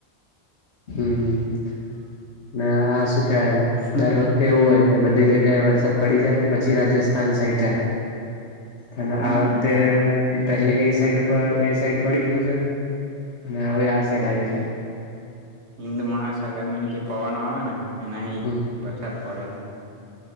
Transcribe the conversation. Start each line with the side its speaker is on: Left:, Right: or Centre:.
Left: હમ આ શું કમ દરે વખતે એવું હોય. કે બધી જગ્યાએ વરસાદ પડી જાય પછી રાજસ્થાન સાઈડ જાય. ત
Right: હમ
Left: આ વખતે. પહેલે એ સાઈડ ઉપર એ સાઈડ પડી ગયું છે અને હવે આ સાઈડ આવ્યું છે.
Right: હિન્દ મહાસાગર માં અ જે પવનો આવે ને એના અ
Left: હમ
Right: વરસાદ પડે.